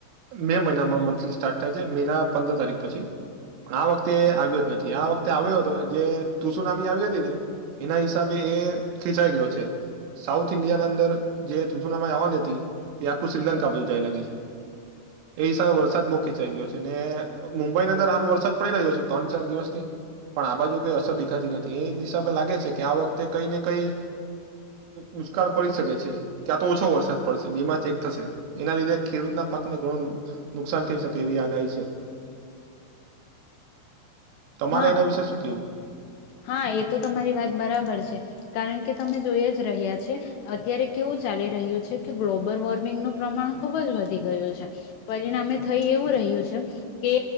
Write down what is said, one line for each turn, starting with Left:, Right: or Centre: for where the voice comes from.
Right: મે મહિનામાં મંથલી સ્ટાર્ટ થાય છે મે ના પંદર તારીખ પછી પણ આ વખતે એ આવ્યો જ નથી આ વખતે આવ્યો હતો જે તુસુનામી આવી હતી ને એના હિસાબે એ ખીંચાઈ ગયો છે સાઉથ ઇન્ડિયા ના અંદર જે તુસનામય આવવાની હતી તે આખું શ્રીલંકા બાજુ જાય લાગી છે એ હિસાબે વરસાદ બો ખેંચાઈ ગયો છે ને મુંબઈની અંદર હાલ વરસાદ પડી રહ્યો છે ત્રણ ચાર દિવસથી પણ આ બાજુ કઈ અસર દેખાતી નથી એ હિસાબે લાગે છે કે આ વખતે કઈ ને કઈ દુષ્કાળ પડી શકે છે. ક્યાં તો ઓછો વરસાદ પડશે બે માંથી એક થશે એના લીધે ખેડૂતના પાકને ઘણું નુકસાન થઈ શકે એવી આગાહી છે. તમારે
Left: હા
Right: એના વિશે શું કેવું
Left: હા એ તો તમારી વાત બરાબર છે કારણ કે તમે જોઈ જ રહ્યા છે અત્યારે કેવું ચાલી રહ્યું છે કે ગ્લોબલ વોર્મિંગનું પ્રમાણ ખુબ જ વધી ગયું છે પરિણામે થઈ એવું રહ્યું છે કે